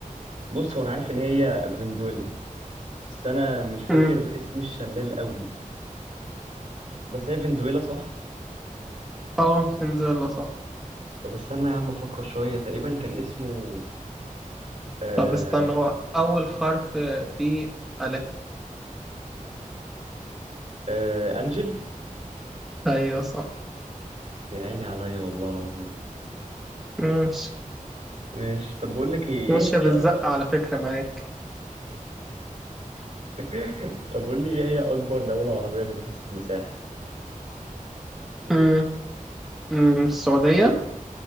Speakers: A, on the right; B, in the centre.
A: بص هو انا عارف ان هي فنزويلا بس انا مش فاكر
B: مم.
A: اسم الشلال قوي بس هي فنزويلا صح
B: اه فنزويلا صح
A: طب استنى يا عم افكر شويه تقريبا كان اسمه آه
B: طب استنى هو أول حرف فيه ألف
A: آه انجل
B: أيوه صح
A: يا عيني عليا والله العظيم
B: ماشي
A: مش طب بقول لك ايه
B: ماشية
A: ايه
B: بالزقة
A: هي
B: على فكرة معاك
A: <laughs> طب قول لي ايه هي اكبر دوله عربيه من حيث المساحه
B: مم. مم. السعودية